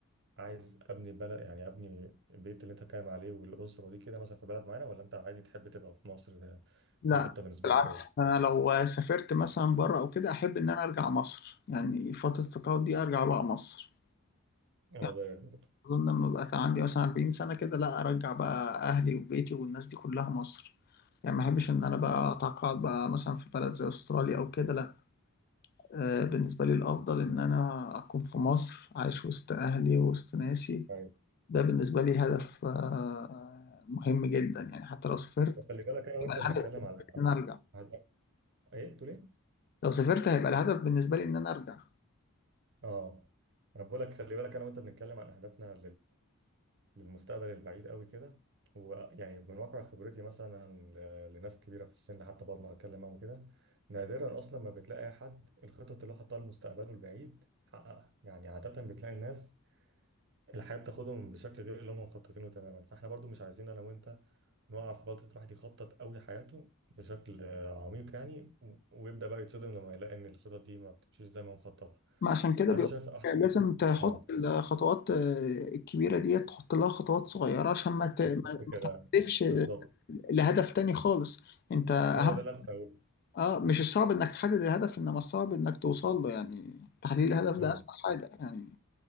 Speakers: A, on the right; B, on the left.
A: عايز ابني بلد يعني ابني البيت اللي انت بتتكلم عليه والاسرة دي كده مثلا في بلد معينة ولا انت عادي تحب تبقى في مصر ده-
B: لا
A: دي خطة بالنسبة
B: بالعكس
A: لك كويسة
B: انا لو سافرت مثلا بره او كده احب ان انا ارجع مصر يعني فتره التقاعد دي ارجع بقى مصر
A: انا
B: يعني
A: زيك برضه
B: اظن لما بقى عندي مثلا 40 سنه كده لا ارجع بقى اهلي وبيتي والناس دي كلها مصر يعني ما احبش ان انا بقى اتقاعد بقى مثلا في بلد زي استراليا او كده لا آه، بالنسبه لي الافضل ان انا اكون في مصر عايش وسط اهلي وسط ناسي
A: ايوه
B: ده بالنسبه لي هدف آه، مهم جدا يعني حتى لو سافرت
A: خلي بالك انا وانت
B: يبقى الهدف
A: بنتكلم على
B: ان انا ارجع
A: على- ايه بتقول ايه
B: لو سافرت هيبقى الهدف بالنسبه لي ان انا ارجع
A: اه انا بقول لك خلي بالك انا وانت بنتكلم عن اهدافنا للمستقبل البعيد قوي كده ويعني من واقع خبرتي مثلا عن- ل- لناس كبيره في السن حتى بقعد ما اتكلم معاهم كده نادرا اصلا ما بتلاقي اي حد الخطط اللي هو حطها لمستقبله البعيد حققها يعني عاده بتلاقي الناس الحياه بتاخدهم بشكل غير اللي هم مخططينه تماما فاحنا برضو مش عايزين انا وانت نقع في غلطه الواحد يخطط قوي حياته بشكل آه، عميق يعني و- ويبدا بقى يتصدم لما يلاقي ان الخطط دي ما بتمشيش زي ما هو مخططها
B: ما عشان كده
A: فانا
B: بيقول
A: شايف احسن
B: لازم تحط
A: اه
B: الخطوات آه، الكبيرة دي تحط لها خطوات صغيرة عشان ما ت- ما
A: بالظبط
B: ما
A: كده
B: تهدفش
A: بالظبط
B: لهدف تاني خالص انت اهم
A: هو ده اللي انا كنت هقوله.
B: اه مش الصعب انك تحدد الهدف انما الصعب انك توصل له يعني تحديد الهدف
A: امم
B: ده اسهل حاجة يعني